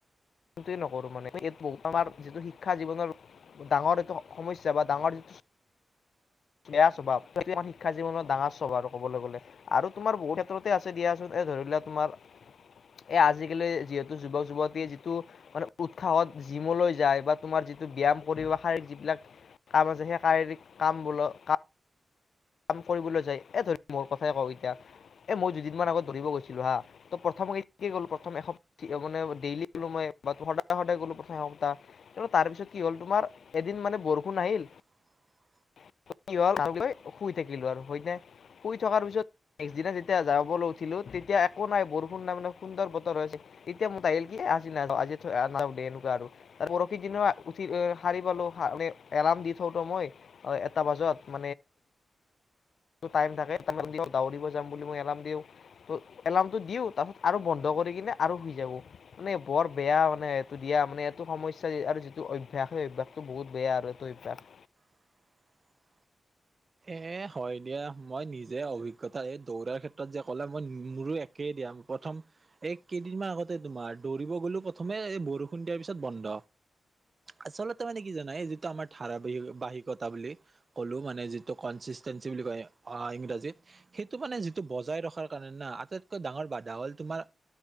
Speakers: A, on the left; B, on the right.
A: সেই টোৱে নকৰো মানে বহু আমাৰ যিটো শিক্ষা জীৱনৰ ডাঙৰ এইটো সমস্যা বা ডাঙৰ যিটো বেয়া স্বভাৱ সেই আমাৰ শিক্ষা জীৱনত ডাঙৰ স্বভাৱ আৰু ক'ব গ'লে আৰু তোমাৰ বহুত ক্ষেত্ৰতে আছে দিয়া চোন। এই ধৰি লোৱা তোমাৰ এ আজিকালি যিহেতু যুৱক যুৱতীয়ে যিটো মানে উৎসাহত জিমলৈ যায় বা তোমাৰ যিটো ব্যায়াম কৰি আহা যিবিলাক কাম আছে সেই শাৰীৰিক কাম বোৰৰ কাম কাম কৰিবলৈ যায় এ ধৰি মোৰ কথাই কওঁ এতিয়া এ মই দুদিন মানত আগত ধৰিব গৈছিলোঁ হা। ত' প্ৰথম গ'লো প্ৰথম এসপ্তা মানে ডেইলি গ'লো মই বা সদায় সদায় গ'লো প্ৰথম সপ্তাহ, তাৰপিছত কি হ'ল তোমাৰ এদিন মানে বৰষুণ আহিল।
B: হয় <unintelligible>
A: তাৰ পিছত কি হ'ল শুই থাকিলোঁ আৰু হয় নে শুই থকাৰ পিছত নেক্সট দিনা যেতিয়া যাবলৈ উঠিলো তেতিয়া একো নাই বৰষুণ নাই মানে সুন্দৰ বতৰ হৈ আছে এতিয়া মোৰ আহিল কি আজি আজি দে এনেকুৱা আৰু পৰহি দিনা উঠি আহ সাৰি পালো এলাৰ মই এ ব ম টাই থাকে দৰিব যাম বুলিই এলাৰ দিওঁ এলাৰটো দি তাৰপিছত আৰু বন্ধ কৰি কিনে আৰু শুই যাব মানে বৰ বেয়া মানে এইটো দিয়া মানে এইটো সমস্্যা যিটো অভ্য়াস এইপাকতো বহুত বেয়া আৰু ত এইবাক
B: <unintelligible> এ হয় দিয়া মই নিজে অভিজ্ঞতা এই দৌৰাৰ ক্ষেত্ৰত যে ক'লে মই মোৰো একে দিয় প্ৰথম এক কেইদিনমান আগতে তোমাৰ দৌৰিব গ'লো প্ৰথমে এই বৰষুণ দিয়াৰ পিছত বন্ধ। আচলতে মানে কি জানাই এই যিটো আমাৰ ধাৰাবাহিক বাহিকতা বুলি কলো মানে যিটো িেি বুলি কয় অ ইংৰাজীত সেইটো মানে যিটো বজাই ৰখাৰ কাৰণে না আটাইতকৈ ডাঙৰ বাধা হ'ল তোমাৰ